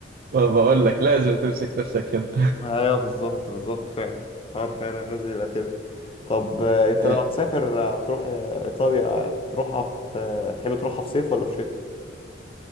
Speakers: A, on the right; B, on the left.
A: فبقول لك لازم تمسك نفسك هنا
B: ايوه بالظبط بالظبط فعلا حوار فعلا لازم يبقى كده طب آه، انت
A: آه،
B: لو هتسافر آه، هتروح آه، ايطاليا هتروحها في آه، تحب تروحها في صيف ولا في شتاء